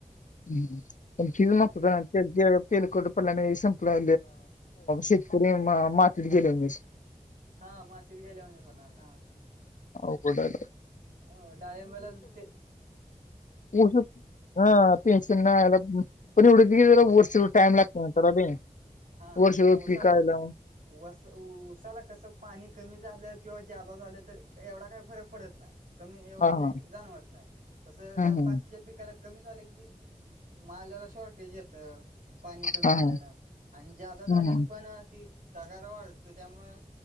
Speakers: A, on the left; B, on the right.
A: हम्म
B: मग
A: <inaudible> <inaudible> तेलकटपणा नाही संपला शेतकरी मा मातीत गेले मी
B: हा मातीत गेल्यावाणीच होणार ना
A: अवघड हाय बा
B: अ डाळिंबाला ते
A: ऊस हह पेन्शन नाय आलं पण एवढं
B: ऊस
A: वर्ष टाइम लागत करा ते
B: हा
A: वर्ष
B: पण
A: भर
B: उसाला
A: पिकायला
B: वस उसाला कसं पाणी कमी झालं किंवा जादा झालं तर एवढा काही फरक पडत नाय कमी एवढं
A: हा
B: काय
A: हा
B: जाणवत नाय तस ह्या
A: हम्म हम्म
B: बाकीच्या बी त्याला कमी झालं कि माल्याला शॉर्टेज येतं पाणी कमी
A: हा
B: झाल्यानं
A: हा
B: आणि जादा
A: हम्म
B: झाल्यान
A: हम्म.
B: पण ती तगारा वाढ तर त्यामुळं